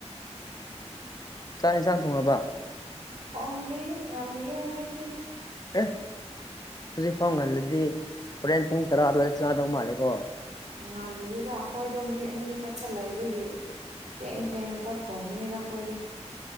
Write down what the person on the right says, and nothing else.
ꯊ‌ꯣꯡꯗ꯭ꯔꯤ ꯉꯜꯂꯤꯌ‌ꯦ ꯍꯧꯖꯤꯛꯇꯤ
ꯉꯥꯜꯂꯤꯌꯦꯗ ꯑꯩꯈꯣꯏꯗꯣ ꯃꯤ ꯑꯅꯤ ꯈꯛꯇ ꯂꯩꯕꯒꯤ ꯊꯦꯡ ꯊꯦꯡ ꯑ ꯆꯥꯛ ꯊꯣꯡꯕꯅꯤꯗ ꯑꯩꯈꯣꯏꯗꯤ